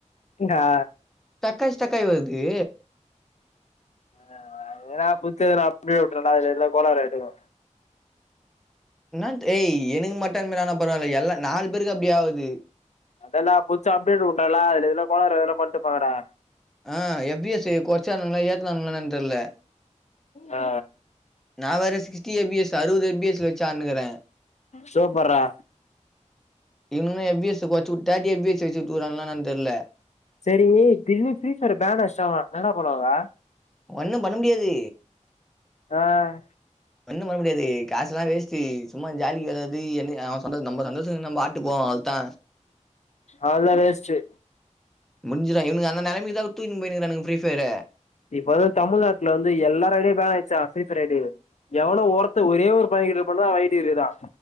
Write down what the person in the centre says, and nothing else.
ஸ்டக்காய் ஸ்டக்காய் வருது
என்ன டேய் எனக்கு மட்டும் இந்த மாரி ஆனா பரவாயில்ல எல்லா நாலு பேருக்கு அப்படி ஆவுது
ஆஹ் எஃப் பி எஸ் சை கொறச்சான்ங்களா ஏத்தனானங்களா என்னன் தெர்ல
நா வேற சிக்ஸ்ட்டி எ பி எஸ் அறுவது எ பி எஸ் ல வச்சு ஆட்னுகுறே
இவனுகளா எஃப் பி எஸ் அ கொறச்சுவுட் த்தேட்டி எபி எஸ் வச்சு குடுக்குறாங்களா என்னான் தெர்ல
ஒன்னு பண்ண முடியாது
ஒன்னு பண்ண முடியாது காசெல்லா வேஸ்ட்டு சும்மா ஜாலிக்கெதாவ்து எந்த அவே நம் சந்தோஷத் நம்ம ஆட்டுப்போவோ அவ்தா
முஞ்சுதா இக்கு இவனுக அந்த நெலமைக்குதா தூக்குனுபோய்ருக்குறான்க ஃப்ரீஃபயர